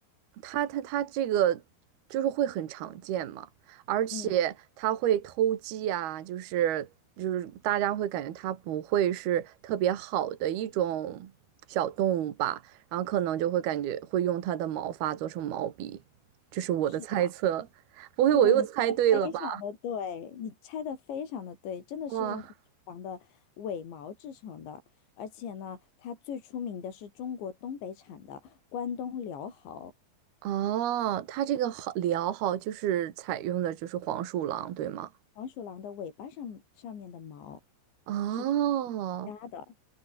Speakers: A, on the right; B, on the left.
A: 它、它、它这个就是会很常见嘛，而且它会偷鸡啊，
B: 嗯，
A: 就是就是大家会感觉它不会是特别好的一种小动物吧，然后可能就会感觉会用它的毛发做成毛笔，这是我的猜测，
B: 是的，
A: 不会我又猜对了吧？
B: 对，你猜的非常的对，你猜的非常的对，真的是用黄鼠狼的尾毛制成的，
A: 哇！
B: 而且呢，它最出名的是中国东北产的关东辽豪
A: 哦，他这个好聊好就是采用的就是黄鼠狼，对吗？
B: 黄鼠狼的尾巴上上面的毛
A: 哦，
B: 是皮夹的，